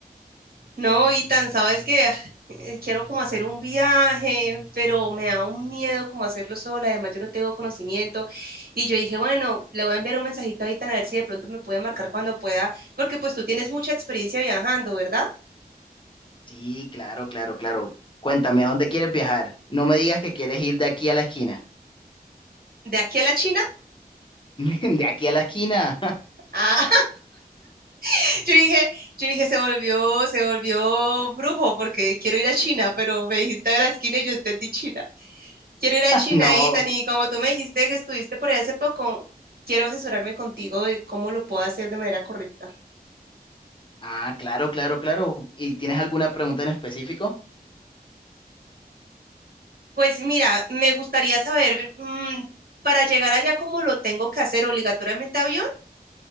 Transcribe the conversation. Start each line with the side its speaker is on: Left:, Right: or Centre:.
Right: No, Itan, sabes que ah, eh, quiero como hacer un viaje, pero me da un miedo como hacerlo sola. Además, yo no tengo conocimiento. Y yo dije, bueno, le voy a enviar un mensajito a Itan a ver si de pronto me puede marcar cuando pueda, porque pues tú tienes mucha experiencia viajando, ¿verdad?
Left: Sí, claro, claro, claro. Cuéntame, ¿a dónde quieres viajar? No me digas que quieres ir de aquí a la esquina.
Right: ¿De aquí a la China?
Left: <laughs> ¿De aquí a la esquina?
Right: ah, <laughs> Yo dije, yo dije, se volvió, se volvió brujo porque quiero ir a China,
Left: <laughs>
Right: pero me dijiste de la esquina y yo entendí China. Quiero ir a China,
Left: No.
Right: Ethan, y como tú me dijiste que estuviste por allá hace poco, quiero asesorarme contigo de cómo lo puedo hacer de manera correcta.
Left: Ah, claro, claro, claro. ¿Y tienes alguna pregunta en específico?
Right: Pues mira, me gustaría saber, mm, para llegar allá, ¿cómo lo tengo que hacer? ¿Obligatoriamente avión?